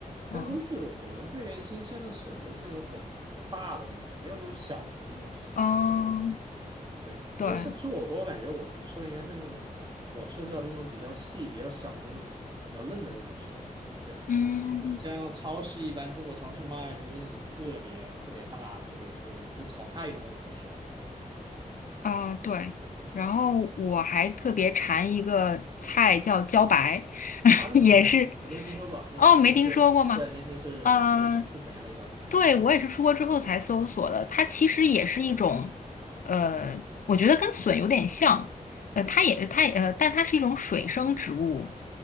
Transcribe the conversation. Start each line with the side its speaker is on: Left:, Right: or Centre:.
Right: 但都是我们这边新鲜的笋，
Left: 嗯。
Right: 都是那种很很大的那种，没有那种小的那种笋。
Left: 嗯，
Right: 对，
Left: 对，
Right: 因为像吃火锅，我感觉我们吃的应该是那种，我吃到的是那种比较细、比较小的那种、比较嫩的那种笋。对，
Left: 嗯，
Right: 像超市一般中国超市卖的都是那种特别特别大、特别粗那种，就炒菜用的那种笋
Left: 啊、对，然后我还特别馋一个菜叫茭白，<laughs>
Right: 啊，那什么东西啊？
Left: 也是，
Right: 我都没听说过，那是那是对，
Left: 哦，没听说过吗？
Right: 那那是是是怎样的一道菜
Left: 呃，对，我也是出国之后才搜索的，它其实也是一种，呃，我觉得跟笋有点像，呃，它也它也呃，但它是一种水生植物，